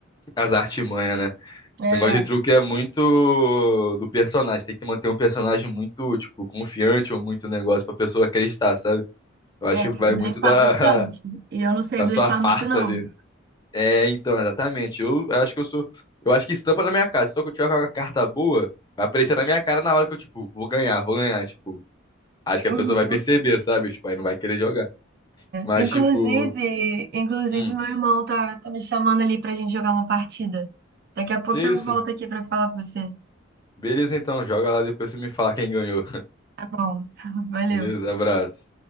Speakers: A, on the left; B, on the right.
A: as artimanhas, né?
B: É,
A: O negócio de truque é muito do personagem. Tem que manter um personagem muito, tipo, confiante ou muito negócio pra pessoa acreditar, sabe? Eu acho
B: é,
A: que
B: tem
A: vai
B: que blefar
A: muito da,
B: bastante. E eu
A: <laughs>
B: não sei
A: da
B: blefar
A: sua farsa
B: muito, não.
A: ali. É, então, exatamente. Eu, eu acho que eu sou. Eu acho que estampa na minha cara. Se eu tiver com uma carta boa, vai aparecer na minha cara na hora que eu, tipo, vou ganhar, vou ganhar. Tipo, acho que a
B: Uhum.
A: pessoa vai perceber, sabe? Tipo, aí não vai querer jogar. Mas,
B: Inclusive,
A: tipo,
B: inclusive
A: hum,
B: meu irmão tá, tá me chamando ali pra gente jogar uma partida. Daqui a pouco
A: que isso?
B: eu volto aqui pra falar com você.
A: Beleza, então, joga lá depois você me fala quem ganhou.
B: bom, <laughs> valeu.
A: Beleza, abraço.